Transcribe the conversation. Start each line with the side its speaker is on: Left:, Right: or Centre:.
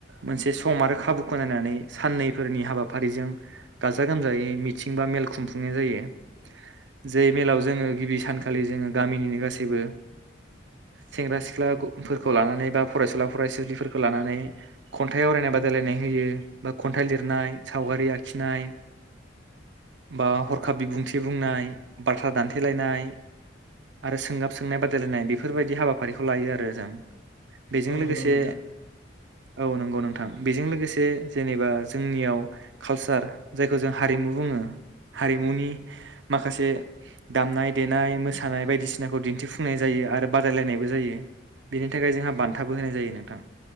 Right: मोनसे सम आरो खाबुखौ नायनानै साननैफोरनि हाबाफारिजों गाजा गोमजायै मिथिं बा मेल खुंफुंनाय जायो जे मेलाव जोङो गिबि सानखालि जोङो गामिनिनो गासै जेबो सेंग्रा सिख्लाफोरखौ लानानै बा फरायसुला फरायसुलिफोरखौ लानानै खन्थाइ आवरायनाय बादायलायनाय होयो बा खन्थाइ लिरनाय सावगारि आखिनाय बा हरखाब बिबुंथि बुंनाय बाथ्रा दान्थे। फेलायनाय आरो सोंगाब सोंनाय बादायलायनाय बेफोरबायदि हाबाफारिखौ लायो आरो जों। बेजों
Left: औ
Right: लोगोसे
Left: नंगौ नामा नोंथां
Right: औ नंगौ नोंथां बेजों लोगोसे जेनेबा जोंनियाव कालसार जायखौ जों हारिमु बुङो हारिमुनि माखासे दामनाय देनाय मोसानाय बायदिसिनाखौ दिन्थिफुंनाय जायो आरो बादायलायनायबो जायो बेनि थाखाय जोंहा बान्थाबो होनाय जायो नोंथां।